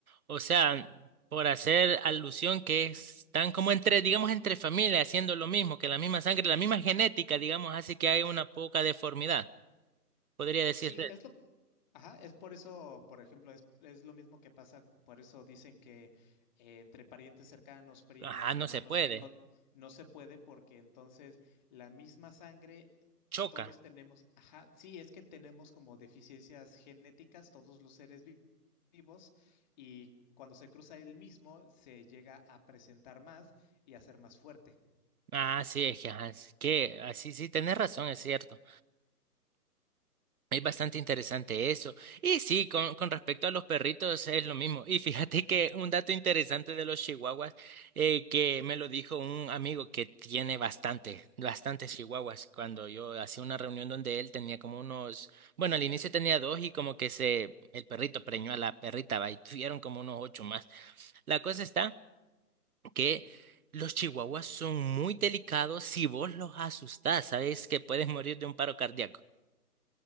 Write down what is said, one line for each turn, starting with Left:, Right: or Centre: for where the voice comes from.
Right: o sea, por hacer alusión que están como entre, digamos, entre familias haciendo lo mismo, que la misma sangre, la misma genética, digamos, hace que hay una poca deformidad. Podría decirse,
Left: Sí, es lo, ajá, es por eso, por ejemplo, es, es lo mismo que pasa, por eso dicen que eh, entre parientes cercanos, primos,
Right: ajá, no
Left: hermanos,
Right: se puede,
Left: no, no se puede porque entonces la misma sangre,
Right: choca.
Left: todos tenemos, ajá, sí, es que tenemos como deficiencias genéticas, todos los seres vi- vivos, y cuando se cruza el mismo, se llega a presentar más y a ser más fuerte.
Right: Ah, sí, es que, ajá, es que así sí, sí, tenés razón, es cierto. Es bastante interesante eso. Y sí, con, con respecto a los perritos es lo mismo. Y fíjate que un dato interesante de los chihuahuas, eh, que me lo dijo un amigo que tiene bastante, bastantes chihuahuas, cuando yo hacía una reunión donde él tenía como unos, bueno, al inicio tenía dos y como que se, el perrito preñó a la perrita, va, y tuvieron como unos ocho más. La cosa está que los chihuahuas son muy delicados si vos los asustás, sabes que puedes morir de un paro cardíaco.